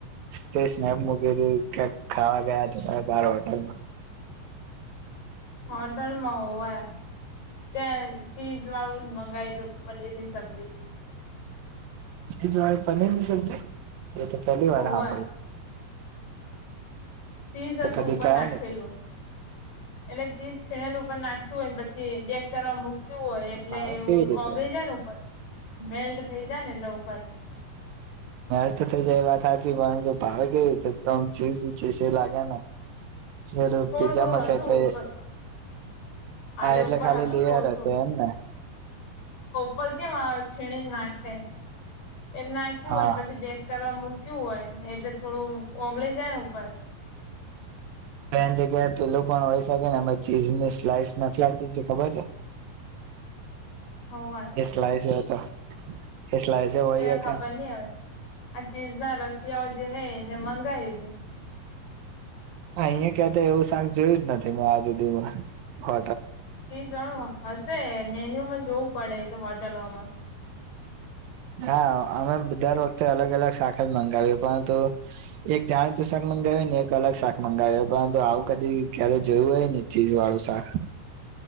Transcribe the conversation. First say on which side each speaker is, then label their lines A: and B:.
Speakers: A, on the right (about 75°); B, on the left (about 70°).
A: તે સ્નેપ મૂકી ક્યાં ખાવા ગયા હતા ત બાર હોટલમાં
B: હોટેલમાં હોય ત્યાં ચીજ વાળું મંગાવી તું પનીર ની સબ્જી
A: ચજ વાળી પનીરની સબજી એ તો પહેલી વાર
B: હોવે
A: હા પ
B: ચીઝ હતું
A: કદી
B: ઉપર
A: ટ્રાય
B: નાખેલું
A: નથી
B: એટલે ચીઝ છીણેલું ઉપર નાખ્યું હોય પછી બે તર મુ ું હોય એટલે
A: ભાવે કેવી રીતે
B: ઓગરી જાય ને ઉપર મેલ્ટ થઈ જાય ને એટલે ઉપર
A: મેથ થઇ જાય એ વાત સાચી પણ જો ભાવે કે તોમ છે લાગે ને લું
B: થોડું
A: પિજ્જામાં
B: થોડું
A: ખ્યા
B: હતું
A: છે
B: ઉપર
A: હા
B: તે
A: એટલે
B: ઉપર
A: ખાલી
B: હતું
A: લેયર
B: થોડું
A: હશે એમને
B: ઉપ કેમ આવે છીણી નાખે એમ નાખ્યું
A: હા
B: હોય પછી બેગ કરવા મક કયું હોય એ તો થોડું ઓગળી જાય ને ઉપર
A: બેન જગ્યાએ પેલું પણ હોય શકે ને અમે ચીઝને સ્લાઈસ નથી આપતી ખબર છે
B: હો વાર
A: એ સ્લાઈસ હોય તો એ સ્લાઈસ હોય
B: એ ખબર
A: કે
B: નહ હવે આ ચીઝ ના રસિયાઓ જે હે એને મંગાવીીધું
A: હ અહીં ક્યા એવું શાક જોયું જ નથી મે આજુદીમાં હો
B: ી જાણો હશે મેન્યુમાં જોવું પડે તો હોટેલોમાં
A: હા અમે દર વખતે અલગ અલગ શાખા મંગાવી પરંતુ એક જાણીતું શક ા મંગાવી ને એક અલગ શાક મંગાવ પરંતુ આવું કદી ક્યારે જોયું હોય ને ચીજ વાળું શાક